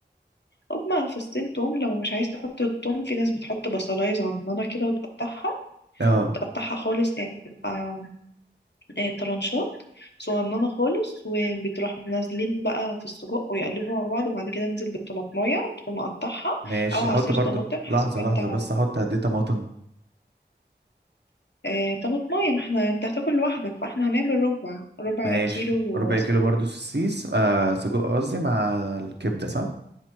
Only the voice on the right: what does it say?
اه
ماشي
احط برضو
لحظه
لحظه بس احط قد ايه طماطم
ماشي
ربع
كيلو برضو سوسيس آه سجق قصدي مع الكبده صح